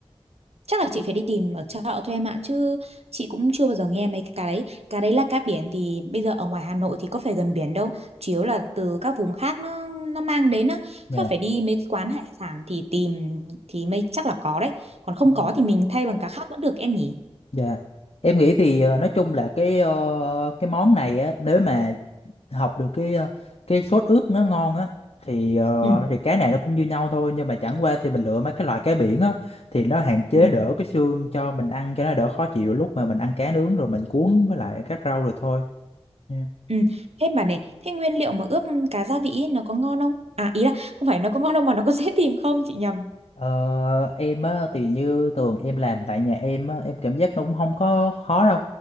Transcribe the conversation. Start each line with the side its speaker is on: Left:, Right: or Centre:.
Right: Chắc là chị phải đi tìm ở chợ thôi em ạ Chứ chị cũng chưa bao giờ nghe mấy cái đấy Cá đấy là cá biển thì bây giờ ở ngoài Hà Nội thì có phải gần biển đâu Chủ yếu là từ các vùng khác nó nó mang đến á
Left: Dạ.
Right: Chắc phải đi mấy cái quán hải sản thì tìm thì mới chắc là có đấy Còn không
Left: Ừ.
Right: có thì mình thay bằng cá khác vẫn được em nhỉ
Left: Dạ. Em nghĩ thì ờ, nói chung là cái ờ, cái món này á nếu mà học được cái ờ, cái sốt ướp nó ngon á thì ờ,
Right: Ừ,
Left: thì cá này nó cũng như nhau thôi nhưng mà chẳng qua thì mình lựa mấy cái loại cá biển á thì nó hạn chế
Right: ừ,
Left: đỡ cái xương cho mình ăn cho nó đỡ khó chịu lúc mà mình ăn cá nướng rồi mình cuốn với lại các rau rồi thôi Nha.
Right: ừ Thế bà này, thế nguyên liệu mà ướp cá gia vị ấy, nó có ngon không? À ý là không phải nó có ngon đâu mà nó có <laughs> dễ tìm không chị nhầm
Left: Ờ, em á thì như tường em làm tại nhà em á em cảm giác nó cũng không có khó đâu